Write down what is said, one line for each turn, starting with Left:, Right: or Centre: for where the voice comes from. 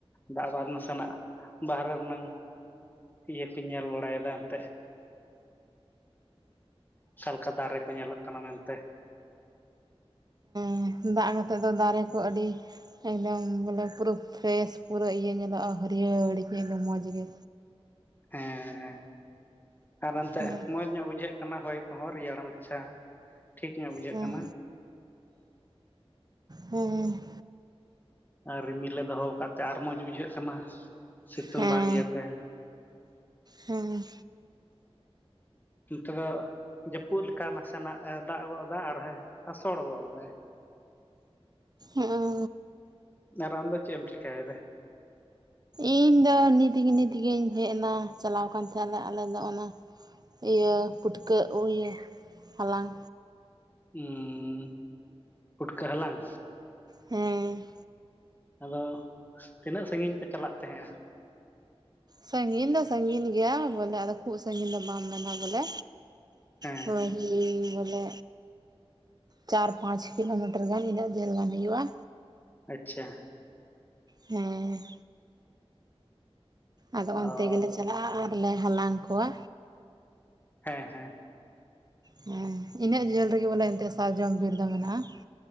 Left: ᱫᱟᱜ ᱵᱟᱫ ᱱᱟᱥᱮᱱᱟᱜ ᱵᱟᱦᱨᱮ ᱨᱮᱱᱟᱝ ᱤᱭᱟᱹ ᱠᱩᱧ ᱧᱮᱞ ᱵᱟᱲᱟᱭᱮᱫᱟ ᱮᱱᱛᱮᱫ᱾ ᱟᱠᱟ ᱞᱮᱠᱟ ᱫᱟᱨᱮ ᱠᱚ ᱧᱮᱞᱚᱜ ᱠᱟᱱᱟ ᱢᱮᱱᱛᱮ᱾
Right: ᱦᱮᱸ ᱫᱟᱜ ᱠᱟᱛᱮ ᱫᱚ ᱫᱟᱨᱮ ᱠᱚ ᱟᱹᱰᱤ ᱮᱠᱫᱚᱢ ᱵᱚᱞᱮ ᱯᱩᱨᱟᱹ ᱯᱷᱨᱮᱥ ᱯᱩᱨᱟᱹ ᱤᱭᱟᱹ ᱧᱮᱞᱚᱜᱼᱟ ᱦᱟᱹᱨᱭᱟᱹᱲ ᱜᱮ ᱮᱠᱫᱚᱢ ᱢᱚᱡ ᱜᱮ᱾
Left: ᱦᱮᱸ ᱟᱨ ᱚᱱᱛᱮ
Right: ᱦᱮᱸ
Left: ᱢᱚᱸᱡ ᱧᱚᱜ ᱵᱩᱡᱷᱟᱹᱜ ᱠᱟᱱᱟ ᱦᱚᱭ ᱠᱚᱦᱚᱸ ᱨᱮᱭᱟᱲ ᱢᱟᱪᱷᱟ ᱴᱷᱤᱠ ᱧᱚᱜ ᱵᱩᱡᱷᱟᱹᱜ
Right: ᱦᱮᱸ
Left: ᱠᱟᱱᱟ᱾
Right: ᱦᱮᱸᱻ
Left: ᱟᱨ ᱨᱤᱢᱤᱞᱮ ᱫᱚᱦᱚ ᱠᱟᱫ ᱛᱮ ᱟᱨ ᱢᱚᱸᱡ ᱵᱩᱡᱷᱟᱹᱜ ᱠᱟᱱᱟ ᱥᱤᱛᱩᱝ
Right: ᱦᱮᱸ
Left: ᱵᱟᱝ ᱤᱭᱟᱹᱛᱮ᱾
Right: ᱦᱮᱸ᱾
Left: ᱩᱸ ᱛᱚᱵᱮ ᱡᱟᱹᱯᱩᱫ ᱞᱮᱠᱟ ᱱᱟᱥᱮᱱᱟᱜ ᱮ ᱫᱟᱜ ᱜᱚᱫ ᱫᱟ ᱟᱨ ᱦᱚᱭ ᱟᱥᱳᱲ ᱜᱚᱫ ᱫᱟᱭ᱾
Right: ᱮᱸᱜᱮ᱾
Left: ᱟᱨ ᱟᱢ ᱫᱚ ᱪᱮᱜ ᱮᱢ ᱪᱮᱠᱟᱭ ᱫᱟ?
Right: ᱤᱧ ᱫᱚ ᱱᱤᱛ ᱜᱤ ᱱᱤᱛ ᱜᱮᱧ ᱦᱮᱡ ᱱᱟ ᱪᱟᱞᱟᱣ ᱠᱟᱱ ᱛᱟᱦᱮᱸᱞᱮ ᱟᱞᱮ ᱫᱚ ᱚᱱᱟ ᱤᱭᱟᱹ ᱯᱩᱴᱠᱟᱹ ᱤᱭᱟᱹ ᱦᱟᱞᱟᱝ᱾
Left: ᱩᱸ ᱯᱩᱴᱠᱟᱹ ᱦᱟᱞᱟᱝ?
Right: ᱦᱮᱸ᱾
Left: ᱟᱫᱚ ᱛᱤᱱᱟᱹᱜ ᱥᱟᱺᱜᱤᱧ ᱯᱮ ᱪᱟᱞᱟᱜ ᱛᱟᱦᱮᱸᱜᱼᱟ?
Right: ᱥᱟᱺᱜᱤᱧ ᱫᱚ ᱥᱟᱺᱜᱤᱧ ᱜᱮᱭᱟ ᱵᱚᱞᱮ ᱟᱫᱚ ᱠᱷᱩᱵ ᱥᱟᱺᱜᱤᱧ ᱫᱚ ᱵᱟᱢ ᱢᱮᱱᱟ ᱵᱚᱞᱮ᱾
Left: ᱦᱮᱸ
Right: ᱦᱚᱭ ᱤᱧ ᱵᱚᱞᱮ ᱪᱟᱨ ᱯᱟᱸᱪ ᱠᱤᱞᱳᱢᱤᱴᱟᱨ ᱜᱟᱱ ᱤᱱᱟᱹᱜ ᱡᱷᱟᱹᱞ ᱜᱟᱱ ᱦᱩᱭᱩᱜᱼᱟ᱾
Left: ᱟᱪᱪᱷᱟ᱾
Right: ᱦᱮᱸ᱾ ᱟᱫᱚ
Left: ᱚ
Right: ᱚᱱᱛᱮ ᱜᱮᱞᱮ ᱪᱟᱞᱟᱜᱼᱟ ᱟᱨ ᱞᱮ ᱦᱟᱞᱟᱝ ᱠᱚᱣᱟ᱾
Left: ᱦᱮᱸ ᱦᱮᱸ᱾
Right: ᱦᱮᱸ ᱤᱱᱟᱹᱜ ᱡᱷᱟᱹᱞ ᱨᱮᱜᱮ ᱵᱚᱞᱮ ᱮᱱᱛᱮᱫ ᱥᱟᱨᱡᱚᱢ ᱵᱤᱨ ᱫᱚ ᱢᱮᱱᱟᱜᱼᱟ,